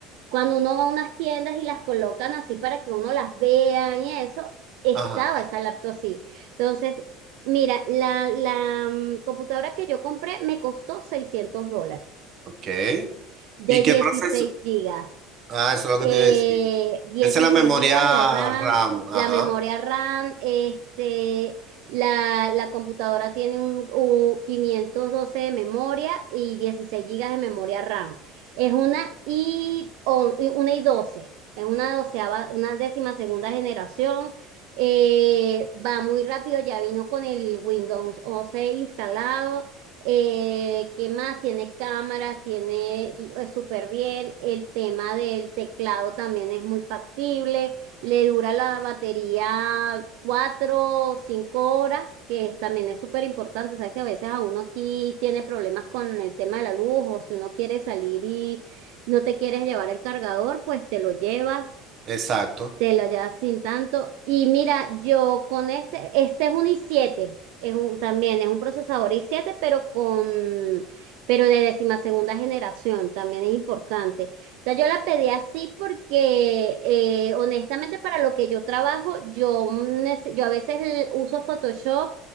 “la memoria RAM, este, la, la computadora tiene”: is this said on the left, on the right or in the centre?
Right